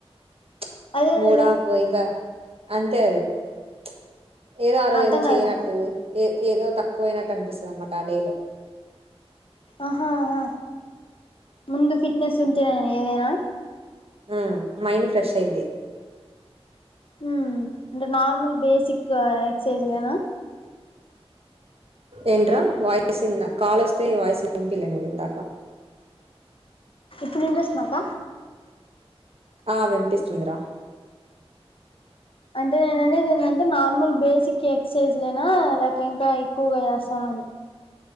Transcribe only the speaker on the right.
చ్
మూడాఫ్ ఇంక అంతే అది చ్ ఏదో ఆ రోజు
ఏదో చేయనట్టు
ఏ ఏదో తక్కువ అయినట్టు అనిపిస్సది అనమాట ఆ డేలో
ఆ మైండ్ ఫ్రెష్ అయిద్ది
ఏంట్రా వాయిస్ంద కాలొస్తే వయిస్ వినిపిలే నీది ఇందాక
ఆ వినిపిస్తుందిరా